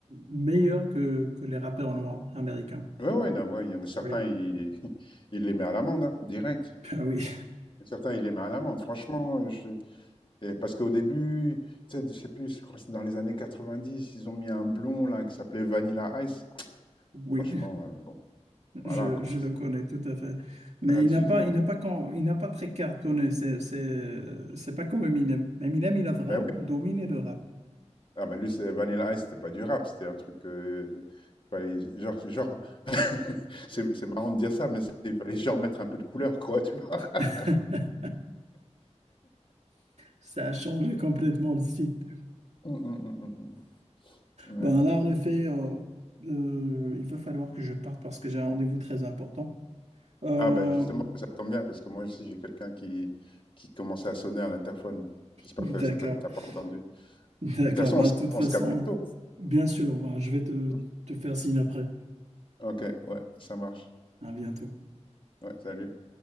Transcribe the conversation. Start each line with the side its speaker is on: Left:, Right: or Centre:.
Right: meilleur que, que les rappeurs noirs américains.
Left: Ouais, ouais, là, ouais, il y en a certains,
Right: Oui,
Left: il, <laughs> il les met à l'amende, hein, direct.
Right: <laughs> Ah oui,
Left: Certains, il les met à l'amende. Franchement, euh, je, Et parce qu'au début, tu sais, je sais plus, je crois que c'est dans les années 90, ils ont mis un blond là qui s'appelait Vanilla Ice.
Right: oui.
Left: Franchement, euh, bon, voilà,
Right: Je,
Left: quand
Right: je le connais tout à fait. Mais
Left: là,
Right: il
Left: tu
Right: n'a pas, il n'a pas, quand, il n'a pas très cartonné. C'est, c'est, c'est pas comme Eminem. Eminem, il a vraiment
Left: ben oui,
Right: dominé le rap.
Left: ah ben lui c'est Vanilla Ice, c'était pas du rap, c'était un truc euh, fallait genre genre <laughs> c'est c'est marrant de dire ça mais c'est- il fallait genre mettre un peu de couleur quoi, tu vois. <laughs>
Right: <laughs> Ça a changé complètement le site.
Left: Mm, mm, mm, mm, ouais.
Right: Ben là, en effet, euh, euh, il va falloir que je parte parce que j'ai un rendez-vous très important. Euh,
Left: Ah ben justement, ça tombe bien parce que moi aussi j'ai quelqu'un qui qui commençait à sonner à l'interphone. là. J'espère
Right: d'accord,
Left: que ça t'a t'as pas entendu.
Right: <laughs> d'accord.
Left: De toute façon,
Right: Ben,
Left: on se,
Right: de toute
Left: on
Right: façon,
Left: se capte bientôt.
Right: je- bien sûr, ben, je vais te,
Left: hein.
Right: te faire signe après.
Left: Ok, ouais, ça marche.
Right: À bientôt.
Left: Ouais, salut.